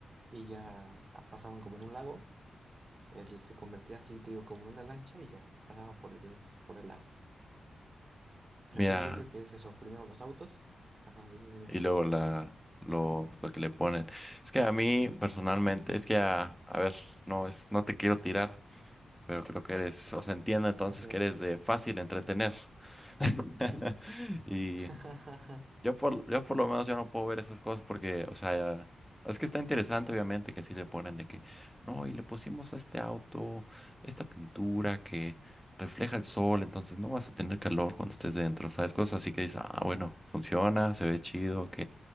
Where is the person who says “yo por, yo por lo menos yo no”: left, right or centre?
Centre